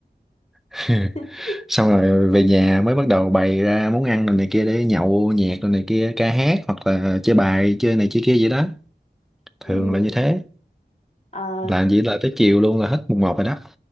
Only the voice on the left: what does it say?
<laughs>
ừ
ờ